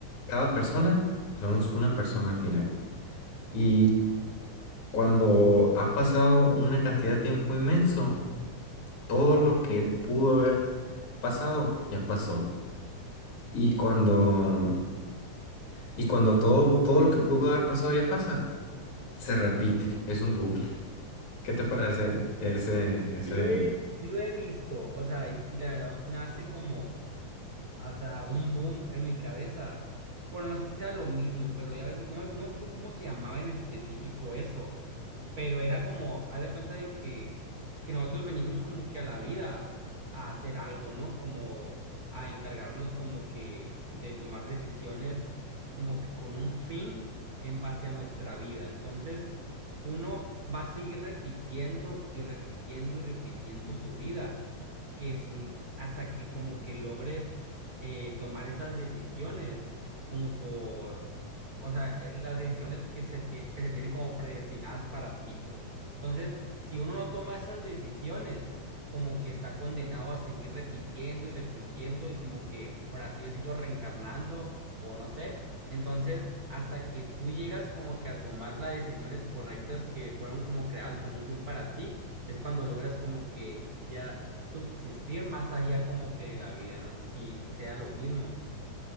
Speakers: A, on the left; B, on the right.
A: cada persona, somos una persona al final. Y cuando ha pasado una cantidad de tiempo inmenso, todo lo que pudo haber pasado ya pasó. Y cuando, y cuando todo, todo lo que pudo haber pasado ya pasa, se repite, es un bucle. ¿Qué te parece
B: Mm.
A: ese, ese?
B: Sí lo he, sí lo he visto, o sea, y, y la verdad me hace como, o sea, un boom en mi cabeza. Bueno, no sé si sea lo mismo, pero ya vi- no, me- no me acuerdo cómo se llamaba en específico eso, pero era como, haz de cuenta de que, que nosotros venimos como que a la vida a hacer algo, ¿no? Como a encargarnos como que de tomar decisiones como que con un fin en base a nuestra vida. Entonces, uno va a seguir repitiendo y repitiendo y repitiendo su vida, que sin, hasta que como que logres eh, tomar esas decisiones como por o sea, eh, las decisiones que se, esti- que se tienen como predestinadas para ti, pues. Entonces, si uno no toma esas decisiones, como que está condenado a seguir repitiendo y repitiendo y como que, por así decirlo, reencarnando o no sé. Entonces, hasta que tú llegas como que a tomar las decisiones correctas que fueron como creadas con un fin para ti, es cuando logras como que ya subsistir más allá como que de la vida. No sé si sea lo mismo.